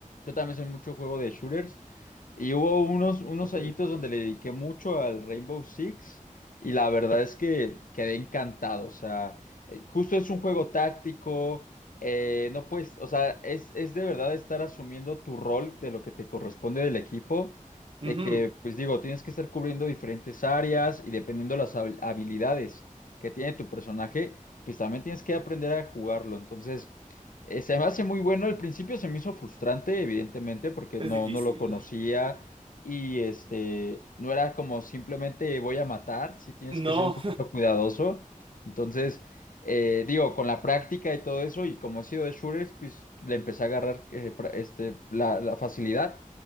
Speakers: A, on the left; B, on the right.
A: Yo también soy mucho juego de shooters. Y hubo unos, unos
B: Ok.
A: añitos donde le dediqué mucho al Rainbow Six. Y la verdad es que quedé encantado. O sea, eh, justo es un juego táctico. eh, no puedes, o sea, es, es de verdad estar asumiendo tu rol de lo que te corresponde del equipo. De
B: Ujú,
A: que, pues digo, tienes que estar cubriendo diferentes áreas y dependiendo las habil- habilidades que tiene tu personaje, pues también tienes que aprender a jugarlo. Entonces, eh, se me hace muy bueno. Al principio se me hizo frustrante, evidentemente, porque
B: Es
A: no,
B: difícil.
A: no lo conocía y este, no era como simplemente voy a matar, sí tienes
B: No.
A: que ser un poquito cuidadoso. Entonces, eh, digo, con la práctica y todo eso, y como he sido de shooters, pues le empecé a agarrar eh, pra- este, la, la facilidad.